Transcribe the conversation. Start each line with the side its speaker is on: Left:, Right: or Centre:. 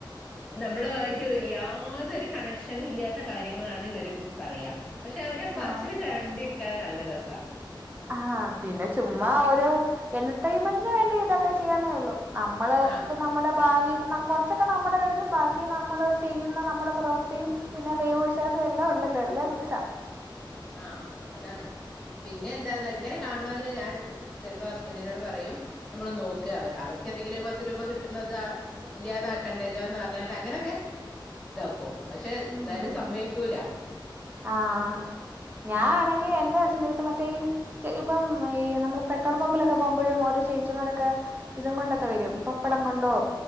Centre: നമ്മള്വളായിട്ട് യാതൊരു കണക്ഷനൂല്ലാത്ത കാര്യങ്ങളാണ് ഇവര് പറയാ. പക്ഷെ അവരെ പറച്ചില്
Right: ആഹ്
Centre: കണ്ടിരിക്കാൻ നല്ല രസാ.
Right: ആഹ് പിന്നെ ചുമ്മാ ഓരോ എന്റർടൈൻമെന്റിന് വേണ്ടി ഇതൊക്കെ ചെയ്യാന്നെ ഒള്ളു നമ്മള്
Centre: ആ
Right: പ്പ നമ്മടെ ഭാവി ന കൊറച്ചൊക്കെ നമ്മടെ കയ്യിലും ബാക്കി നമ്മള് ചെയ്യുന്ന നമ്മടെ പ്രവൃത്തിയും പിന്നെ ദൈവവിശ്വസോം എല്ലാം ഉണ്ടല്ലോ എല്ലാം മിക്സ
Centre: ആഹ് അതാണ് പിന്നെ എന്താന്നോ ഇങ്ങനെ കാണ്ണോല് ഞാൻ ചിൽപ്പോ ഹസ്ബൻഡിനോട് പറയും നമ്മള് നോക്ക അവർക്ക്‌ എന്തെങ്കിലും ഒരു പത്ത് രൂപ കിട്ടണത് ഇല്ല്യാതാക്കണ്ടല്ലോന്ന് പർഞ്ങാണ്ട് അങ്ങനൊക്കെ ഇതാക്കും പഷെ
Right: ഉം
Centre: ഇന്നാലും സമ്മെയ്ക്കൂല
Right: ആഹ് ഞാ ആണെങ്കി എന്റെ അച്ഛന്റടുത്ത് മറ്റേ ഈ ഇപ്പം ഈ നമ്മള് പെട്രോൾ പമ്പിലൊക്കെ പോമ്പഴും ഓരോ ചേച്ചിമാരൊക്കെ ഇതും കൊണ്ടൊക്കെ വെരും പപ്പടം കൊണ്ടോ